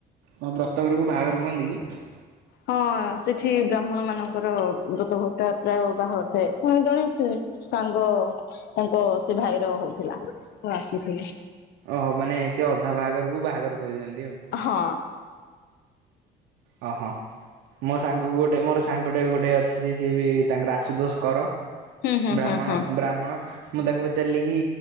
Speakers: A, on the right; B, on the left.
A: ତମ ବ୍ରତଘରକୁ ବାହାଘର କୁହନ୍ତି କି?
B: ହଁ ସେଠି ବ୍ରାହ୍ମଣମାନଙ୍କର ବ୍ରତଘରଟା ପ୍ରାୟ ବାହାଘର ଥାଏ। <unintelligible> ଜଣେଇ ସେ ସାଙ୍ଗ ତାଙ୍କ ସେ ଭାଇର ହଉଥିଲା ତ ଆସିଥିଲି।
A: ଓହୋ ମାନେ ସିଏ ଅଧା ବାହାଘରକୁ ବାହାଘର କହିଦିଅନ୍ତି ଆଉ।
B: ହଁ।
A: ଅ ହ ମୋ ସାଙ୍ଗକୁ ଗୋଟେ ମୋର ସାଙ୍ଗଟେ ଗୋଟେ ଅଛି, ଯେ ସିଏ ବି ତାଙ୍କର ଆଶୁତୋଷ କର
B: ହୁଁ ହୁଁ
A: ବ୍ରାହ୍ମଣ
B: ହୁଁ ହୁଁ।
A: ବ୍ରାହ୍ମଣ ମୁଁ ତାକୁ ପଚାରିଲି କି